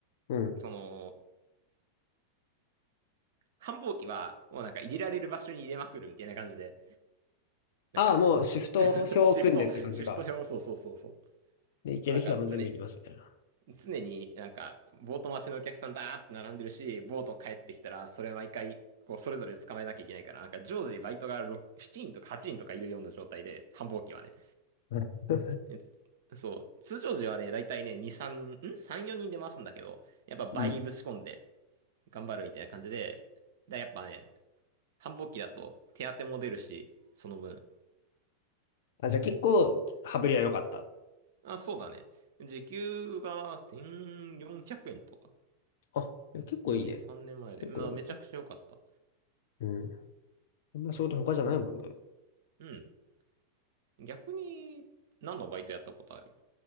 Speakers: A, on the left; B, on the right.
A: うん。
B: その、繁忙期は、もうなんか入れられる場所に入れまくるみたいな感じで、なんか、
A: ああ、もうシフト表を組んでって感じか。
B: <laughs> シフト、シフト表、そうそうそうそ
A: で、行ける日はもう全部行きますみたいな。
B: う。なんか常、常になんか、ボート待ちのお客さんだーって並んでるし、ボート帰ってきたら、それ毎回、こう、それぞれ捕まえなきゃいけないから、なんか常時バイトが6 7人とか8人とかいるような状態で、繁忙期はね。
A: うん
B: えつそう、通常時はね、だいたいね、2、3、ん ?3、4人で回すんだけど、やっぱ倍ぶち込んで
A: うん。
B: 頑張るみたいな感じで、だやっぱね、繁忙期だと手当も出るし、その分。
A: あ、じゃあ結構、羽振りは良かった。
B: あ、そうだね。時給が1400円とか。
A: あ、いや結構いいね。
B: 2、3年前で。
A: 結構良かった。
B: まあ、めちゃくちゃ良かった。
A: うん。こんな仕事他じゃないもんね。
B: うん。逆に、何のバイトやったことある